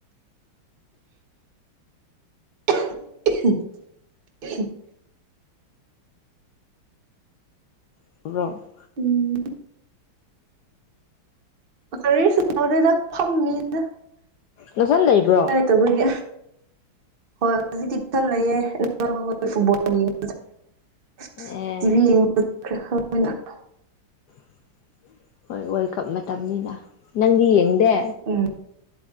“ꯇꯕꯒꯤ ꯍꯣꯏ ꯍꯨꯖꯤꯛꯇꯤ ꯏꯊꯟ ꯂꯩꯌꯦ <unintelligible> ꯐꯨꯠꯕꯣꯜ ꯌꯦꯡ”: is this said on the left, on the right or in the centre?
Right